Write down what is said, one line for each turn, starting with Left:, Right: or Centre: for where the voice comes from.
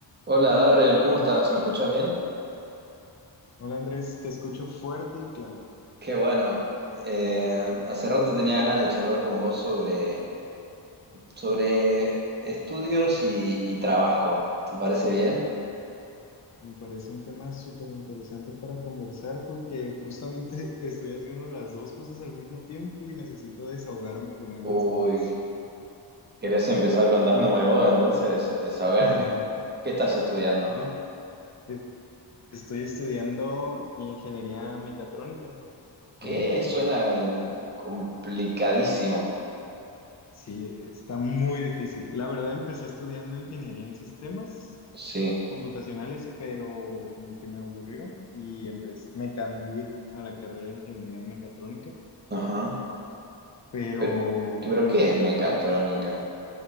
Right: Hola Darrell, ¿cómo estás? ¿Me escuchás bien?
Left: Hola Andrés, te escucho fuerte y claro.
Right: Qué bueno. Eh, hace rato tenía ganas de charlar con vos sobre, sobre estudios y, y trabajo. ¿Te parece bien?
Left: Me parece un tema súper interesante para conversar porque justamente <laughs> estoy haciendo las dos cosas al mismo tiempo y necesito desahogarme con alguien
Right: Uy,
Left: sobre eso.
Right: ¿querés empezar contándome vos? Entonces des- desahogate.
Left: <laughs>
Right: ¿Qué estás estudiando?
Left: No, E- estoy estudiando ingeniería mecatrónica.
Right: ¿Qué
Left: en-
Right: suena eh, complicadísimo?
Left: Sí, está muy difícil. La verdad, empecé estudiando ingeniería en sistemas
Right: Sí,
Left: computacionales, pero como que me aburrió y empecé, me cambié a la carrera de ingeniería mecatrónica.
Right: ajá.
Left: pero
Right: Pero, pero ¿qué es mecatrónica?
Left: no,